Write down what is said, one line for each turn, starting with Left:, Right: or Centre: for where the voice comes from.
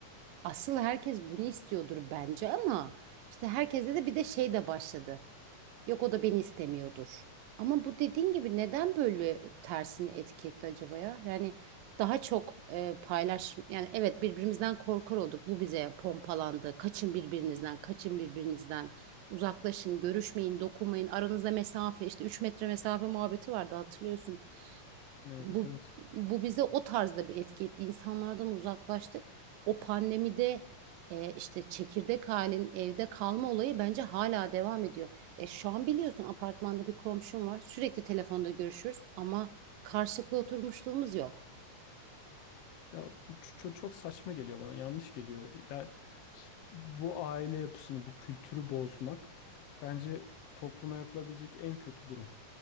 Right: asıl herkes bunu istiyordur bence ama işte herkeste de bir de şey de başladı. Yok o da beni istemiyordur. Ama bu dediğin gibi neden böyle tersini etiketti acaba ya? Yani daha çok e, paylaş yani evet birbirimizden korkar olduk. Bu bize pompalandı. Kaçın birbirinizden, kaçın birbirinizden. Uzaklaşın, görüşmeyin, dokunmayın. Aranızda mesafe işte 3 metre mesafe muhabbeti vardı hatırlıyorsun.
Left: Evet
Right: Bu,
Left: evet.
Right: bu bize o tarzda bir etki etti. İnsanlardan uzaklaştık. O pandemide e, işte çekirdek halin evde kalma olayı bence hala devam ediyor. E, şu an biliyorsun apartmanda bir komşum var. Sürekli telefonda görüşürüz ama karşılıklı oturmuşluğumuz yok.
Left: Ya bu ç- ç- çok saçma geliyor bana, yanlış geliyor. Ya ş- bu aile yapısını, bu kültürü bozmak bence bu topluma yapılabilecek en kötü durum.